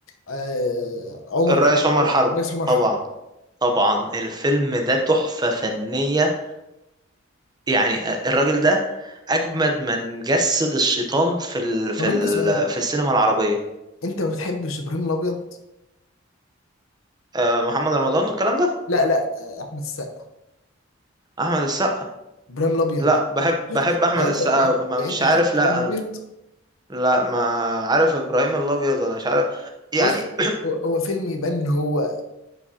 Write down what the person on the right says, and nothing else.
الرئيس
عمر حرب
طبعا
طبعا الفيلم ده تحفه فنيه يعني آه، الراجل ده اجمد من جسد الشيطان في ال... في
ال...
في السينما العربيه
آه، محمد رمضان والكلام ده
احمد السقا
لا بحب بحب احمد
السقا
أوي.
ما
مش
عارف
لا
انا لا ما عارف ابراهيم الابيض ولا مش عارف
يعني